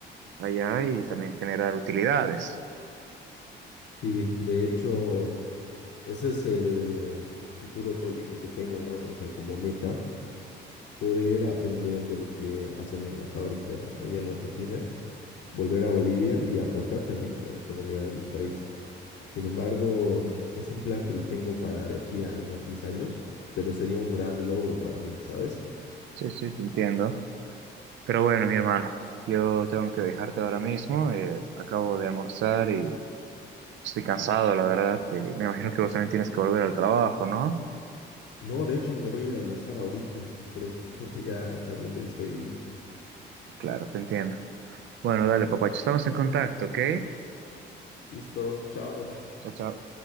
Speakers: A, on the right; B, on the left.
A: allá y también generar utilidades.
B: Sí, de hecho... Ese es el futuro proyecto que tengo, ¿no? O sea, como meta, poder aprender de lo que hacen en la fábrica allá en Argentina, volver a Bolivia y aportar también a la economía de mi país. Sin embargo, es un plan que lo tengo para de aquí a unos 10 años, pero sería un gran logro para mí, ¿sabes?
A: Sí, sí, te entiendo. Pero bueno, mi hermano, yo tengo que dejarte ahora mismo. eh, acabo de almorzar y estoy cansado, la verdad. eh, me imagino que vos también tienes que volver al trabajo, ¿no?
B: No, de hecho, me voy a ir a almorzar ahorita, por eso <laughs> quería también despedirme.
A: Claro, te entiendo. Bueno, dale, papacho, estamos en contacto, ¿ok?
B: Listo, chao.
A: Chao, chao.